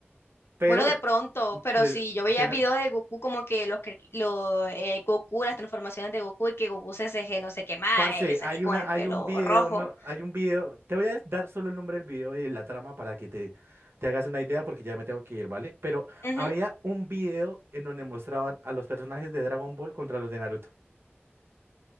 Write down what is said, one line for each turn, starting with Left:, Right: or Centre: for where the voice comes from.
Right: Pero,
Left: Bueno, de pronto, pero
Right: te,
Left: sí, yo veía
Right: te-
Left: videos de Goku como que los, cre- los eh, Goku, las transformaciones de Goku y que Goku se CG, no sé qué más,
Right: parce,
Left: eh, salía
Right: hay
Left: con
Right: una,
Left: el pelo
Right: hay un video,
Left: rojo.
Right: no, hay un video. Te voy a dar solo el nombre del video y la trama para que te, te hagas una idea, porque ya me tengo que ir, ¿vale? Pero
Left: Ujú.
Right: había un video en donde mostraban a los personajes de Dragon Ball contra los de Naruto